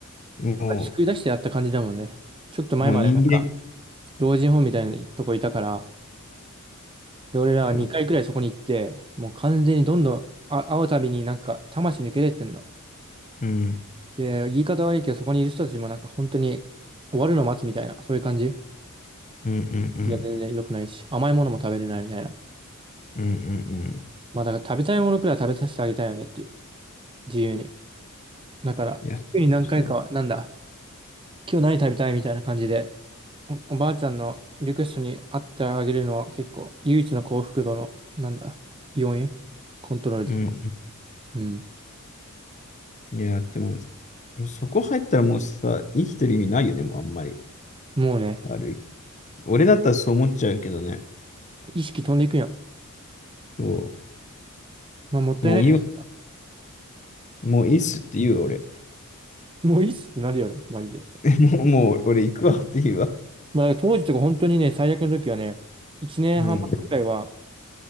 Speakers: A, on the left; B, on the right.
A: も
B: 救い出してやった感じだもんね。ちょっと前までなんか、
A: う、もう人間、
B: 老人ホームみたいなとこいたから、で、俺らは2回くらいそこに行って、
A: そう。
B: もう完全にどんどん、あ、会うたびになんか、魂抜け出てんの。
A: うん、
B: で、言い方悪いけど、そこにいる人たちもなんか本当に終わるのを待つみたいな、そういう感じ。
A: うんうんうん。
B: いや、全然良くないし、甘いものも食べれないみたいな。
A: うんうんうん。
B: まあ、だから食べたいものくらい食べさせてあげたいよねっていう、自由に。だから、
A: いや、そうでしょう。
B: 週に何回かは、なんだ、今日何食べたいみたいな感じで、お、おばあちゃんのリクエストに合ってあげるのは結構唯一の幸福度の、なんだ、要因コントロールできる。
A: うん。
B: うん。
A: いや、でもでもそこ入ったらもうさ、生きてる意味ないよね、もうあんまり。
B: もうね、
A: 悪い。俺だったらそう思っちゃうけどね。
B: 意識飛んでいくやん。
A: そ
B: まあもったいない
A: う。もういいわ。もういいっすって言うわ、俺。
B: ね。もういいっすってなるよね、マジで。
A: <laughs> もう、もう俺行くわって言うわ。
B: まあだから当時とか本当にね、最悪の時はね、1年半前くらいは、
A: うん。